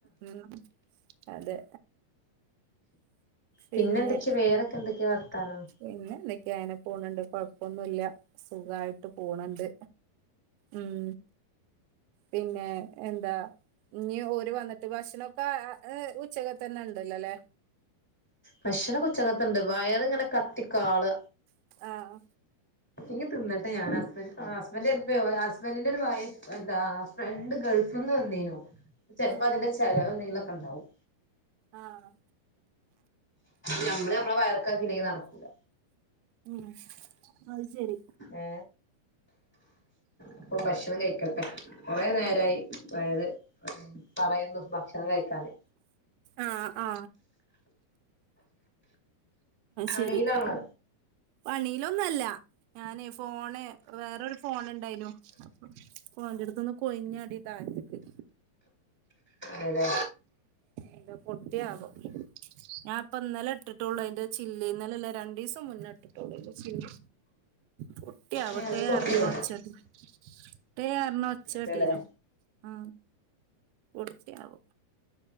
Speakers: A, on the right (about 80°); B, in the centre.
A: ഉം അതെ പിന്നെ
B: പിന്നെന്തൊക്കെയ വേറൊക്കെ എന്തൊക്കെയാ വർത്താനം
A: പിന്നെ എന്തൊക്കെയ അങ്ങിനെ പോണിണ്ട് കൊഴപ്പൊന്നുല്ല സുഖായിട്ട് പോണ് ണ്ട് ഉം പിന്നെ എന്താ ഇനി ഓര് വന്നിട്ട് ഭക്ഷണോക്കെ ഉച്ചക്ക തന്നെ ഇണ്ടല്ലോല്ലേ
B: ഭക്ഷണൊക്കെ ഉച്ചക്കത്തെണ്ട് വയറിങ്ങനെ കത്തിക്കാള
A: ആഹ്
B: ഇനി തിന്നട്ടെ ഞാന് ഹസ്ബഡ് ഹസ്ബൻഡ് ഹസ്ബൻഡിന്റെ ഒരു വൈഫ് എന്താ ഫ്രണ്ട് ഗൾഫ്ന്ന് വന്നീനു ചിലപ്പോ
A: ആഹ്
B: അതിന്റെ ചിലവ് ന്തേലൊക്കെ ഇണ്ടാവും
A: ആഹ്
B: ഞമ്മള് നമ്മളെ വയർക്കാക്കില്ലെങ്കി നടക്കൂല
A: ഉം അത് ശരി
B: ഏ ഇപ്പം ഭക്ഷണം കഴിക്കട്ടെ കുറേ നേരായി വയറു പറയുന്നു ഭക്ഷണം കഴിക്കാന്
A: ആഹ് ആ
B: പണിയിലാണോ
A: ശരി പണിയിലൊന്നല്ല ഞാന് ഫോണ് വേറൊരു ഫോണ് ഇണ്ടായിനു അപ്പൊ ഓന്റടുത്തുന്ന് കൊയിഞ്ഞാടി താഴത്തേക്ക്
B: അതെ
A: ഇത് പൊട്ടിയാവോ ഞാൻ ഇപ്പ ഇന്നലെ ഇട്ടിട്ടുള്ളു അതിന്റെ ചില്ല് ന്നലല്ല രണ്ടു ദിവസം മുന്നേ ഇട്ടിട്ടുള്ളൂ തിന്റെചില്ല് പൊട്ടിയാവട്ടെ
B: ഏ അത് പൊട്ടിയോ
A: റഞ്ഞ് ഒച്ചകേട്ടീനി ട്ടേ ർഞ്ഞ് ഒച്ചട്ടീനോ
B: അതെല്ലേ
A: ആ പൊട്ടിയാവോ